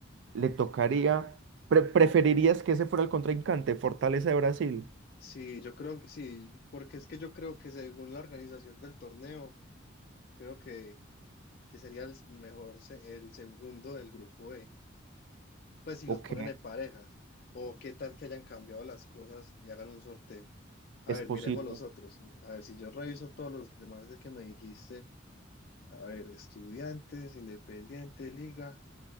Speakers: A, on the right; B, on the left.
A: le tocaría. pre- ¿preferirías que ese fuera el contrincante, Fortaleza de Brasil?
B: Sí, yo creo, sí, porque es que yo creo que según la organización del torneo, creo que, que sería el mejor, se- el segundo del grupo E. Pues si los
A: Ok,
B: ponen en parejas, o qué tal que hayan cambiado las cosas y hagan un sorteo. A
A: es
B: ver,
A: posible.
B: miremos los otros. A ver, si yo reviso todos los demás de que me dijiste, a ver, Estudiantes, Independiente, Liga,